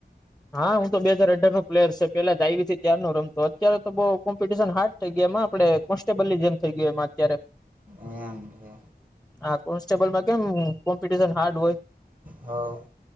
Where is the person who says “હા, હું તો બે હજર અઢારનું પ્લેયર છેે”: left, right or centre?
Centre